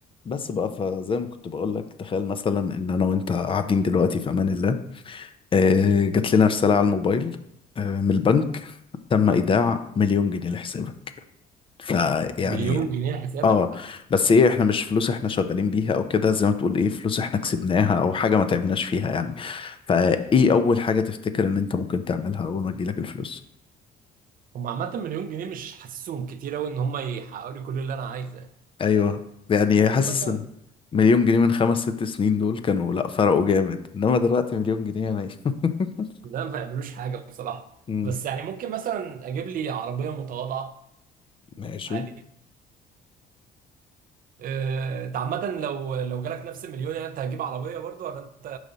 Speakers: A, on the left (about 30°); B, on the right (about 55°).
A: بس بقى فزي ما كنت بقول لك تخيل مثلا ان انا وانت قاعدين دلوقتي في امان الله آه جات لنا رسالة على الموبايل آه من البنك تم ايداع مليون جنيه لحسابك فيعني
B: مليون جنيه حسابك
A: اه بس ايه احنا مش فلوس احنا شغالين بيها او كده زي ما تقول ايه فلوس احنا كسبناها او حاجة ما تعبناش فيها يعني فايه اول حاجة تفتكر ان انت ممكن تعملها اول ما تجيلك الفلوس
B: هم عامة مليون جنيه مش حاسسهم كتير أوي إن هم يحققوا لي كل اللي أنا عايزه يعني
A: ايوه يعني
B: ممكن
A: حاسس
B: مثلا
A: ان مليون جنيه من خمس ست سنين دول كانوا لا فرقوا جامد انما دلوقتي مليون جنيه يعني <laughs>
B: لا ما يعملوش حاجة بصراحة
A: مم.
B: بس يعني ممكن مثلا أجيب لي عربية متواضعة
A: ماشي
B: عادي آه، أنت عامة لو لو جالك نفس المليون يعني أنت هتجيب عربية برضو ولا أنت